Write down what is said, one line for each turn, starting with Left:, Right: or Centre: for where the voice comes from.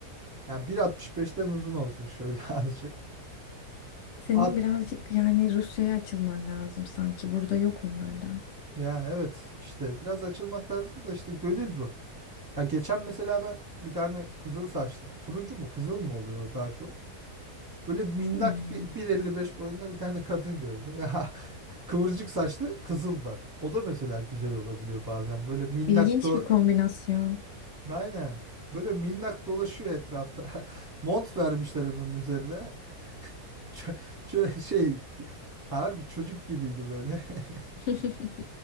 Right: Yani 1.65'ten uzun olsun şöyle <laughs> azıcık.
Left: Senin
Right: At
Left: birazcık yani Rusya'ya açılman lazım sanki. Burada yok onlardan.
Right: yani evet işte biraz açılmak lazım da işte gönül bu. Ya geçen mesela ben bir tane kızıl saçlı. Turuncu mu kızıl mı oluyor daha çok? Böyle minnak
Left: Hmm.
Right: bir 1.55 boyunda bir tane kadın gördüm. <laughs> ya Kıvırcık saçlı kızıl bak. O da mesela güzel olabiliyor bazen. Böyle minnak
Left: İlginç
Right: do
Left: bir kombinasyon.
Right: Aynen. Böyle minnak dolaşıyor etrafta. <laughs> Mont vermişler onun üzerine. Ç- ç- şey harbi çocuk gibiydi böyle. <laughs>
Left: <laughs>